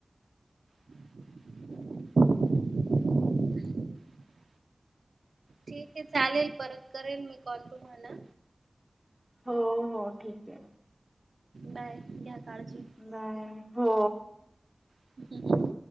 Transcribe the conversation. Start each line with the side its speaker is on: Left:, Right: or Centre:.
Right: <unintelligible> ठीक आहे चालेल परत करेल मी कॉल तुम्हाला
Centre: हो हो ठीक आहे.
Right: बाय घ्या काळजी
Centre: नाही हो
Right: ह <inaudible>